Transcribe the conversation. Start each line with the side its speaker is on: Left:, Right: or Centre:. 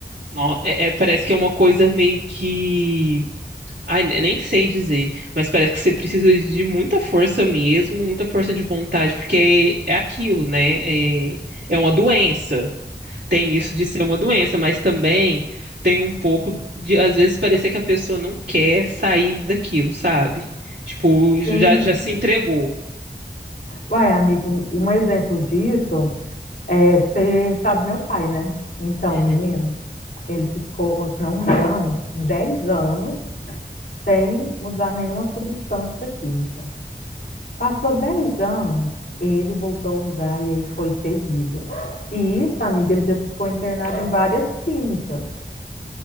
Right: No- é- é- parece que é uma coisa meio que. Ai, ne- nem sei dizer, mas parece que você precisa de muita força mesmo, muita força de vontade, porque é aquilo, né? É, é uma doença. Tem isso de ser uma doença, mas também tem um pouco de, às vezes, parecer que a pessoa não quer sair daquilo, sabe? Tipo, já,
Left: Sim.
Right: já se entregou.
Left: Uai, amigo, um exemplo disso é, você sabe, meu pai, né? Então,
Right: Uhum.
Left: menino, ele ficou, se não me engano, 10 anos sem usar nenhuma substância química. Passou 10 anos, ele voltou a usar e aí foi terrível. E isso, amiga, ele já ficou internado em várias clínicas.